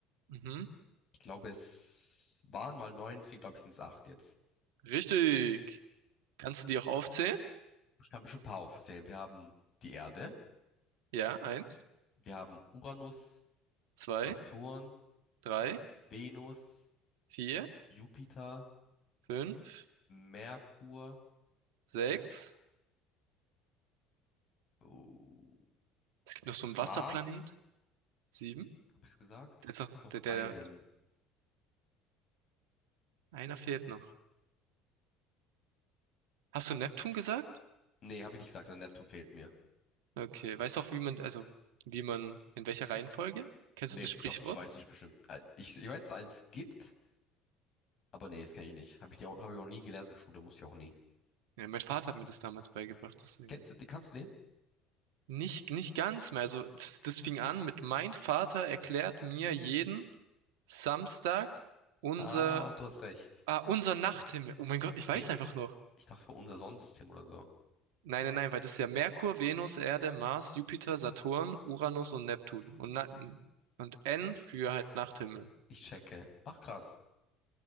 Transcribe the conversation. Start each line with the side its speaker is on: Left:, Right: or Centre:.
Right: Mhm.
Left: Ich glaube, es waren mal 9, deswegen glaube ich, sind es 8 jetzt.
Right: Richtig. Kannst du die auch aufzählen?
Left: Ich kann bestimmt ein paar aufzählen. Wir haben die Erde,
Right: Ja, eins,
Left: wir haben Uranus,
Right: zwei,
Left: Saturn,
Right: drei,
Left: Venus,
Right: vier,
Left: Jupiter.
Right: fünf,
Left: Merkur,
Right: sechs.
Left: oh,
Right: Es gibt noch so einen
Left: Mars,
Right: Wasserplanet. Sieben.
Left: habe ich gesagt?
Right: Der ist noch,
Left: Ist noch
Right: der, der,
Left: einen.
Right: einer fehlt noch. Hast du Neptun gesagt?
Left: Nee, habe ich nicht gesagt, der Neptun fehlt mir.
Right: Okay. Weißt du auch, wie man, also, wie man, in welcher Reihenfolge? Kennst
Left: Nee,
Right: du das Sprichwort?
Left: das weiß ich bestimmt. Äh, Ich, ich weiß, dass es eins gibt, aber nee, das kenne ich nicht. Habe ich, die auch- hab ich auch nie gelernt in der Schule, muss ich auch nie.
Right: Ja, mein Vater hat mir das damals beigebracht, deswegen.
Left: Kennst du, die- kannst du den?
Right: Nicht, nicht ganz mehr. Also, das, das fing an mit, mein Vater erklärt mir jeden Samstag unser,
Left: Ah, du hast recht.
Right: ah, unser Nachthimmel. Oh mein Gott, ich
Left: Nee,
Right: weiß einfach noch.
Left: ich dachte, es war unser Sonnensystem oder so.
Right: Nein, nein, nein, weil das ist ja Merkur, Venus, Erde, Mars, Jupiter, Saturn, Uranus und Neptun. Und, Na und N für halt Nachthimmel.
Left: Ich checke. Ach, krass.